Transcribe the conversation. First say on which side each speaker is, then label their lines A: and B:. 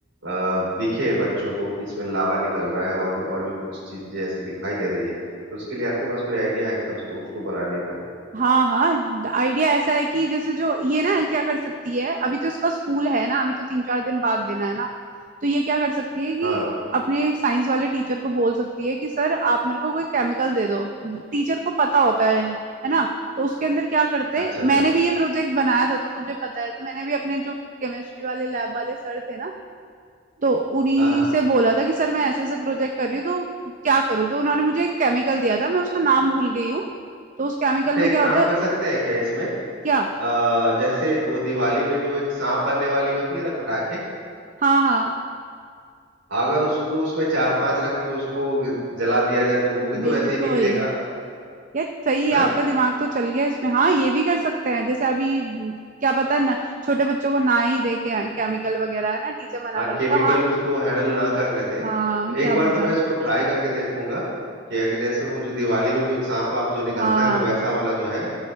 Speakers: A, on the right; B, on the right.
A: आ, दिखे बच्चों को कि इसमें लावा निकल रहा है और भी और भी कुछ चीजें ऐसी दिखाई दे रही है तो उसके लिए आपके पास कोई आइडिया है क्या उसको उसको बनाने का
B: हाँ हाँ आइडिया ऐसा है कि जैसे जो ये ना क्या कर सकती है अभी तो इसका स्कूल है ना अभी तो तीन चार दिन बाद देना है ना तो ये क्या कर सकती है कि
A: हाँ
B: अपने साइंस वाले टीचर को बोल सकती है कि सर आप मेरे को कोई केमिकल दे दो टीचर को पता होता है है ना तो उसके अंदर क्या करते
A: अच्छा अच्छा
B: मैंने
A: अच्छा
B: भी ये प्रोजेक्ट बनाया था तो मुझे पता है तो मैंने भी अपने जो केमिस्ट्री वाले लैब वाले सर थे ना तो उन्हीं
A: हाँ हाँ
B: से बोला था कि सर मैं ऐसे ऐसे प्रोजेक्ट कर रही हूँ तो क्या करूँ तो उन्होंने मुझे एक केमिकल दिया था मैं उसका नाम भूल गई हूँ तो उस केमिकल
A: अच्छा
B: में
A: एक
B: क्या
A: काम
B: होता है
A: कर सकते हैं क्या इसमें
B: क्या
A: अ, जैसे वो दिवाली में जो एक सांप बनने वाली होती है ना पटाखे
B: हाँ हाँ
A: अगर उसको उसमें चार पांच रख के उसको जला दिया जाए तो वो भी तो
B: बिल्कुल
A: वैसे ही निकलेगा
B: यार सही है
A: है
B: आपका दिमाग तो चल गया इसमें हाँ ये भी कर सकते हैं जैसे अभी म, क्या पता ना छोटे बच्चों को ना ही दे के केमिकल वगैरह है ना टीचर मना
A: हाँ
B: कर
A: केमिकल
B: देता हाँ
A: उसको हैंडल ना करने दे
B: हाँ
A: तो
B: क्या
A: एक बार
B: पता
A: तो मैं इसको ट्राई करके देखूंगा कि अगर जैसे वो जो दिवाली में जो सांप वाप जो निकलता
B: हाँ
A: है ना वैसा वाला जो है